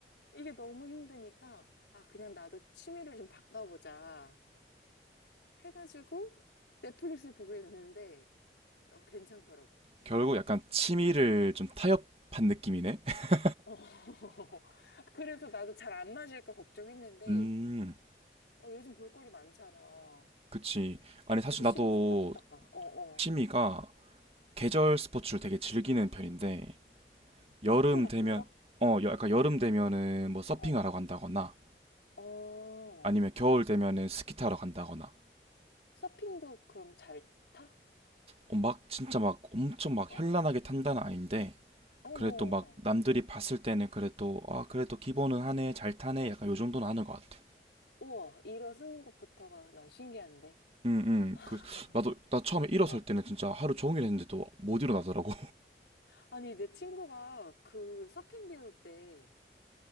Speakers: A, on the left; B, on the right.
A: 이게 너무 힘드니까, 아, 그냥 나도 취미를 좀 바꿔보자. 해가지고 넷플릭스를 보게 됐는데, 어, 괜찮더라고.
B: 결국 약간 취미를
A: 응.
B: 좀 타협한 느낌이네. <laughs>
A: 어. <laughs> 그래서 나도 잘 안 맞을까 걱정했는데,
B: 음,
A: 어, 요즘 볼거리 많잖아.
B: 그치. 아니, 사실
A: 진짜
B: 나도
A: 시간 후딱후딱 가. 어, 어.
B: 취미가 계절 스포츠를 되게 즐기는 편인데, 여름
A: 스키 같은
B: 되면,
A: 거?
B: 어, 여- 약간 여름 되면은 뭐 서핑하러
A: 어.
B: 간다거나,
A: 어.
B: 아니면 겨울 되면은 스키 타러 간다거나,
A: 서핑도 그럼 잘 타?
B: 어, 막 진짜 막 엄청 막
A: 어.
B: 현란하게 탄다는 아닌데,
A: 어, 어.
B: 그래도 막 남들이 봤을 때는 그래도, 아, 그래도 기본은 하네, 잘 타네, 약간 요 정도는 하는 것 같아.
A: 우와, 일어서는 것부터가 난 신기한데.
B: 응, 응.
A: <laughs>
B: 그, 나도, 나 처음에 일어설
A: 어.
B: 때는 진짜 하루 종일 했는데도 못 일어나더라고.
A: 아니, 내 친구가 그 서핑 배울 때